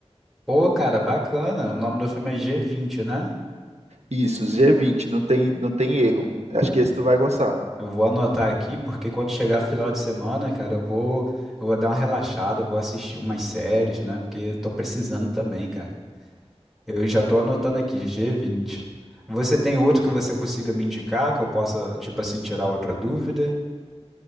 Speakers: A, in the centre; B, on the right.
A: Pô, cara, bacana. O nome do filme é G20, né?
B: Isso, g vinte não tem não tem erro. Acho que esse tu vai gostar.
A: Eu vou anotar aqui, porque quando chegar final de semana, cara, eu vou, eu vou dar uma relaxada, vou assistir umas séries, né? Porque tô precisando também, cara. Eu já tô anotando aqui, G20. Você tem outro que você consiga me indicar, que eu possa, tipo assim, tirar outra dúvida?